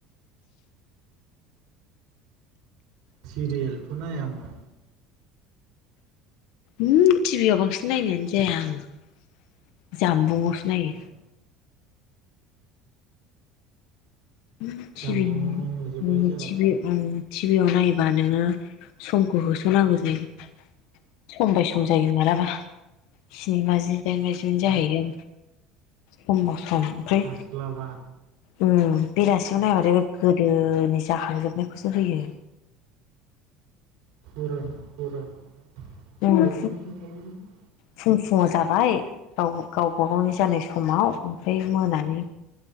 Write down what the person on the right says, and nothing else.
सिरियेलथ नाया होमबा?
ए
जामबुंआवनो
नुजोब्बाय
जाबालाय
औ
हास्लाबा
<unintelligible>